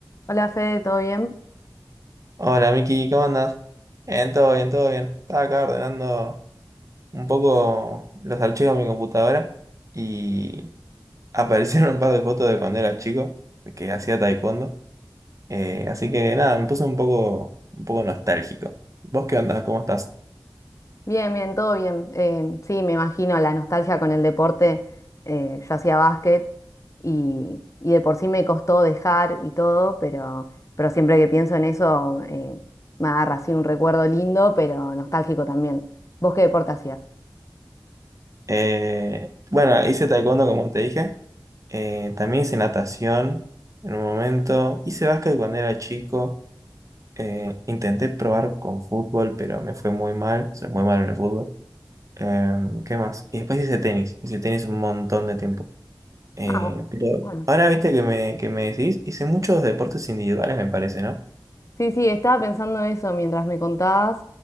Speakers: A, on the left (about 40°); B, on the right (about 40°).
A: Hola Fede, ¿todo bien?
B: Hola Miki, ¿cómo andás? Bien, todo bien, todo bien. Estaba acá ordenando un poco los archivos de mi computadora y <laughs> aparecieron un par de fotos de cuando era chico, que hacía taekwondo. Eh, así que nada, me puse un poco, un poco nostálgico. ¿Vos qué onda? ¿Cómo estás?
A: Bien, bien, todo bien. Eh, sí, me imagino la nostalgia con el deporte. Eh, yo hacía básquet y, y de por sí me costó dejar y todo, pero, pero siempre que pienso en eso eh, me agarra así un recuerdo lindo, pero nostálgico también. ¿Vos qué deporte hacías?
B: Eh, bueno, hice taekwondo como te dije. Eh, también hice natación en un momento. Hice básquet cuando era chico. Eh, intenté probar con fútbol, pero me fue muy mal. Soy muy malo en el fútbol. Em, ¿qué más? Y después hice tenis. Hice tenis un montón de tiempo. Eh,
A: Ah,
B: pero
A: bueno.
B: ahora viste que me, que me decís, hice muchos deportes individuales, me parece, ¿no?
A: Sí, sí, estaba pensando eso mientras me contabas